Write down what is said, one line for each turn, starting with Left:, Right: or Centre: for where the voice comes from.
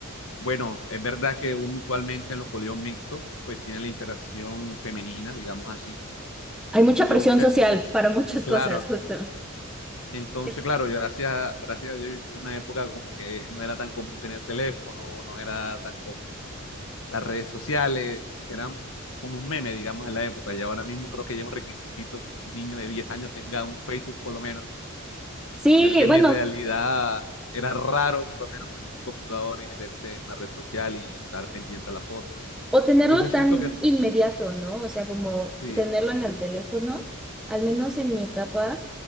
Left: Bueno, es verdad que uno usualmente en los colegios mixtos, pues tiene la interacción femenina, digamos así.
Centre: Hay mucha
Left: Yo,
Centre: presión
Left: me-
Centre: social para muchas
Left: claro,
Centre: cosas, justo.
Left: Entonces,
Centre: Es-
Left: claro, yo gracias a, gracias a Dios yo tuve una época como que no era tan común tener teléfono, no era tan común las redes sociales, eran como un meme, digamos, en la época. Y ahora mismo creo que ya es un requisito que un niño de 10 años tenga un Facebook por lo menos.
Centre: Sí,
Left: Yo creo que en
Centre: bueno.
Left: mi realidad era raro por lo menos prender un computador y meterte en una red social y estar pendiente a la foto.
Centre: O tenerlo
Left: Entonces
Centre: tan
Left: siento que
Centre: inmediato, ¿no? O sea, como
Left: sí,
Centre: tenerlo en el teléfono, al menos en mi etapa,